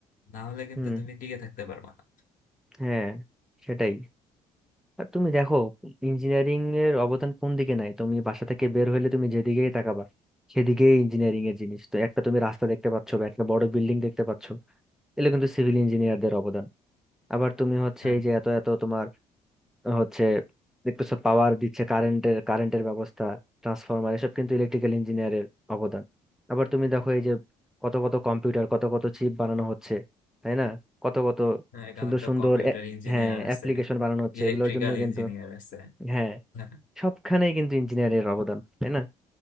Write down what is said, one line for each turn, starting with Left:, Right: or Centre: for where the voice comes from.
Left: না হলে কিন্তু
Centre: হুম
Left: তুমি টিকে থাকতে পারবে না
Centre: হ্যাঁ সেটাই আর তুমি দেখো ইঞ্জিনিয়ারিং এর অবদান কোন দিকে নাই তুমি বাসা থেকে বের হইলে তুমি যেদিকেই তাকাবা সেদিকেই ইঞ্জিনিয়ারিং এর জিনিস তো একটা তুমি রাস্তা দেখতে পাচ্ছ বা একটা বড় বিল্ডিং দেখতে পাচ্ছ এগুলো কিন্তু সিভিল ইঞ্জিনিয়ারদের অবদান আবার তুমি হচ্ছে
Left: হ্যাঁ
Centre: এই যে এত এত তোমার হচ্ছে দেখতেছো পাওয়ার দিচ্ছে কারেন্টের কারেন্টের ব্যবস্থা ট্রান্সফরমার এসব কিন্তু ইলেকট্রিক্যাল ইঞ্জিনিয়ারের অবদান আবার তুমি দেখো এই যে কত কত কম্পিউটার কত কত চিপ বানানো হচ্ছে তাই না কত কত
Left: হ্যাঁ এখানে
Centre: সুন্দর
Left: তো
Centre: সুন্দর
Left: কম্পিউটার
Centre: এ-
Left: ইঞ্জিনিয়ার
Centre: হ্যাঁ অ্যাপ্লিকেশন
Left: আছে
Centre: বানানো হচ্ছে
Left: ইলেকট্রিক্যাল
Centre: এগুলোর জন্য কিন্তু
Left: ইঞ্জিনিয়ার আছে
Centre: হ্যাঁ
Left: হ্যাঁ
Centre: সবখানেই কিন্তু ইঞ্জিনিয়ারের অবদান তাই না